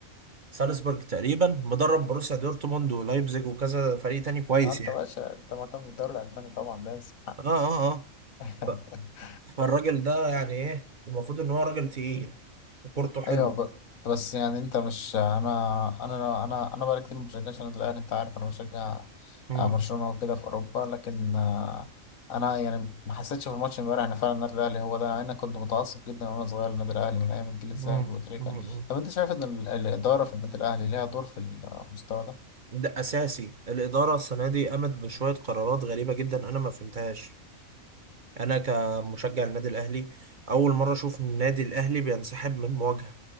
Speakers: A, on the right (about 40°); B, on the left (about 80°).
A: سالزبورج تقريبا مدرب بروسيا دورتموند ولايبزيج وكذا فريق تاني كويس
B: آه، انت
A: يعني
B: باشا انت مهتم بالدوري الالماني طبعا لازم
A: اه اه اه
B: <laughs>
A: ف- فالراجل ده يعني ايه المفروض ان هو راجل تقيل وكورته حلو
B: ايوه ب- بس يعني انت مش انا انا انا انا بقالي كتير ما بشجعش النادي الاهلي انت عارف انا بشجع
A: مم.
B: آه، برشلونه وكده في اوروبا لكن آه، انا يعني ما حسيتش في الماتش امبارح ان فعلا النادي الاهلي هو ده يعني انا كنت متعصب جدا وانا صغير للنادي الاهلي من ايام الجيل الذهبي
A: مم.
B: وتريكا
A: مم.
B: طب انت شايف ان ال- الاداره في النادي الاهلي ليها دور في المستوى ده
A: ده أساسي الإدارة السنة دي قامت بشوية قرارات غريبة جدا أنا ما فهمتهاش انا كمشجع النادي الاهلي اول مره اشوف إن النادي الاهلي بينسحب من مواجهه